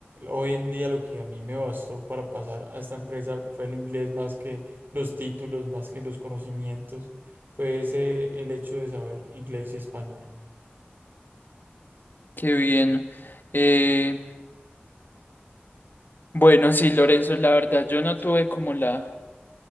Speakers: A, on the right; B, on the left.
A: hoy en día lo que a mí me bastó para pasar a esta empresa fue el inglés más que los títulos, más que los conocimientos, fue ese el hecho de saber inglés y español.
B: qué bien. Eh, bueno, sí, Lorenzo, la verdad yo no tuve como la,